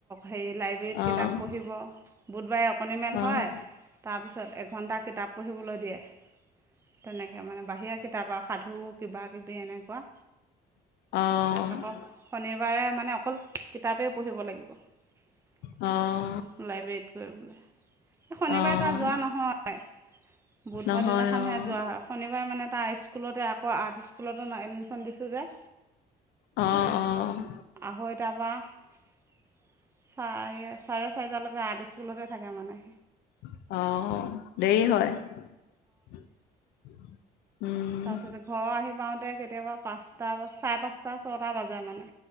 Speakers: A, on the right; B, on the left.
A: হেৰি অ' লাইব্ৰেৰীত কিতাপ
B: অ', অ',
A: পঢ়িব বুধবাৰে অকণিমেল
B: অ',
A: হয়। তাৰপিছত এঘণ্টা কিতাপ পঢ়িবলৈ দিয়ে। তেনেকে মানে বাহিৰা কিতাপ আৰু সাধু কিবা কিবি এনেকুৱা।
B: অ',
A: তে আকৌ শনিবাৰে মানে অকল কিতাপেই পঢ়িব লাগিব। লাইব্ৰেৰীত
B: অ',
A: গৈ বোলে। এই শনিবাৰে
B: অ',
A: তাৰ যোৱা নহয়। বুধবাৰ
B: নহয়
A: দিনাখনহে
B: অ',
A: যোৱা হয়। শনিবাৰে মানে তাৰ স্কুলতে আকৌ আৰ্ট স্কুলতো এডমিশ্যন দিছোঁ যে।
B: অহ' অহ'
A: হৈৰ তাৰপৰা চাৰে চাৰে চাৰিটালৈকে আৰ্ট স্কুলতে থাকে মানে।
B: অহ' দেৰি হয়। উম,
A: চাৰ চি ঘৰ আহি পাওঁতে কেতিয়াবা পাঁচটা চাৰে পাঁচটা ছটা বাজে মানে